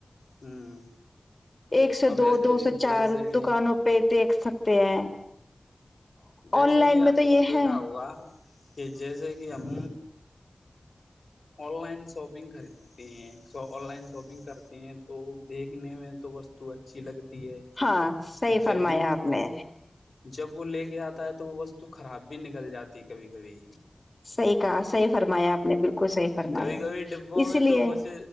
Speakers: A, on the left; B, on the left.
A: ہوں
B: ایک سے
A: اور ویسے
B: دو دو
A: بھی
B: سے چار
A: ویسے بھی
B: دکانوں پہ دیکھ سکتے ہیں
A: ویسے
B: آن لائن
A: بھی آپ
B: میں
A: نے
B: تو یہ
A: دیکھا
B: ہے
A: ہوگا کہ جیسے کہ ہم آن لائن شاپنگ خریدتے ہیں آن لائن شاپنگ کرتے ہیں تو دیکھنے میں تو وستو اچھی لگتی ہے
B: ہاں صحی
A: جبھی
B: فرمایا آپ نے
A: جب وہ لے کے آتا ہے تو وہ وستو خراب بھی نکل جاتی کبھی کبھی
B: صحیح کہا صحیح فرمایا آپ نے بالکل صحیح فرمایا
A: کبھی کبھی ڈبوں
B: اسی
A: میں
B: لیے
A: تو کچھ